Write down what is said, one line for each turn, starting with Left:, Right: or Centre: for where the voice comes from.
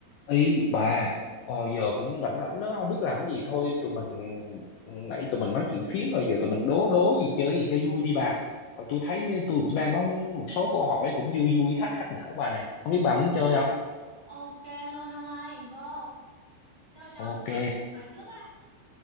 Left: Ý bà ờ, giờ cũng rảnh rảnh đó không biết làm cái gì thôi tụi mình nãy tụi mình nói chuyện phím rồi giờ tụi mình đố đố gì chơi gì cho vui đi bà Ờ, tôi thấy tôi cũng đang có một số câu hỏi cũng vui vui hắc hắc não bà nè không biết bà muốn chơi không
Right: Ok luôn ông ơi, vô. Cho cho
Left: ok
Right: ông hỏi hỏi trước á.